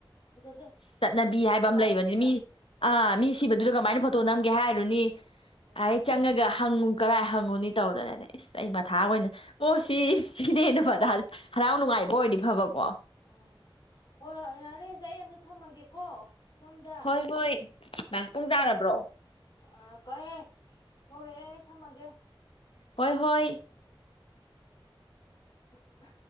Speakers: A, on the left; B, on the left.
A: ꯐꯖꯗꯦ
B: ꯆꯠꯅꯕꯤ
A: ꯃꯤ ꯀꯞꯄ
B: ꯍꯥꯏꯕ ꯑꯃꯥ
A: ꯂꯥꯎꯕꯗꯨꯗ
B: ꯂꯩꯕꯅꯤꯅ ꯃꯤ ꯑꯥ ꯃꯤ ꯁꯤꯕꯗꯨꯗ ꯀꯃꯥꯏꯅ ꯐꯣꯇꯣ ꯅꯝꯒꯦ ꯍꯥꯏꯔꯨꯅꯤ
A: ꯎꯝ
B: ꯑꯥꯢ ꯆꯪꯉꯥꯒ ꯍꯪꯉꯨ ꯀꯔꯥꯏ ꯍꯪꯉꯨꯅꯤ ꯇꯧꯗꯅꯅꯦ ꯢꯁ ꯑꯩ ꯃꯊꯥ ꯑꯣꯏꯅ ꯑꯣ ꯁꯤꯁ ꯏꯟꯗꯦ ꯢꯅꯥ ꯐꯠ <unintelligible> ꯍꯔꯥꯎ ꯅꯨꯡꯉꯥꯏꯕ ꯑꯣꯏꯗꯤ ꯐꯕ
A: ꯎꯝ ꯍꯣꯏ ꯍꯣꯏ ꯌꯥꯔꯦꯁꯦ ꯑꯩ ꯑꯝꯇ ꯊꯝꯃꯒꯦꯀꯣ ꯁꯣꯝꯗ
B: ꯍꯣꯏ ꯍꯣꯏ ꯃꯥ ꯄꯨꯡ ꯇꯥꯔꯕ꯭ꯔꯣ
A: ꯑ ꯀꯣꯌꯦ ꯊꯣꯛꯔꯛꯑꯦ ꯑꯩ ꯊꯝꯃꯒꯦ
B: ꯍꯣꯏ ꯍꯣꯏ
A: ꯍꯝ ꯍꯥ